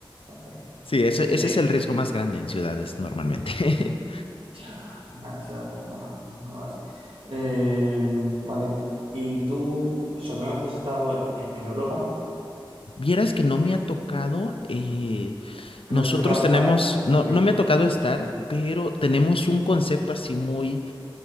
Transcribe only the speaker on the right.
ok.
Si
te...
Ya, ya, eso, bueno, bueno, es- Eh, vale. ¿Y tú, o sea, alguna vez has estado en, en Europa?
¿Que
no te ha tocado
estar? ¿Qué
significa
eso?